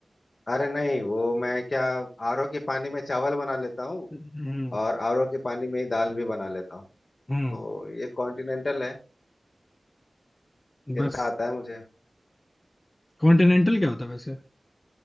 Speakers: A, on the left (about 60°); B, on the left (about 30°).
A: अरे नहीं वो मैं क्या आरओ के पानी में चावल बना लेता हूँ
B: हम्म
A: और आरओ के पानी में ही दाल भी बना लेता हूँ तो
B: हम्म
A: ये कॉन्टिनेंटल है
B: बस
A: इतना आता है मुझे
B: कॉन्टिनेंटल क्या होता है वैसे